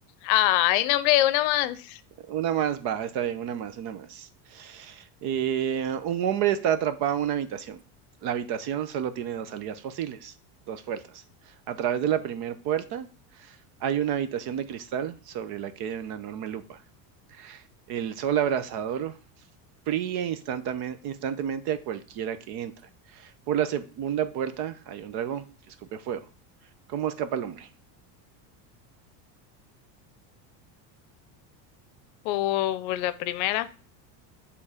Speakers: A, on the left; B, on the right.
A: Ay, nombre, una más.
B: Una más, va, está bien, una más, una más. Eh, un hombre está atrapado en una habitación. La habitación solo tiene dos salidas posibles, dos puertas. A través de la primera puerta hay una habitación de cristal sobre la que hay una enorme lupa. El sol abrasador fría instantáneamente a cualquiera que entra. Por la segunda puerta hay un dragón que escupe fuego. ¿Cómo escapa el hombre?
A: Por, por la primera.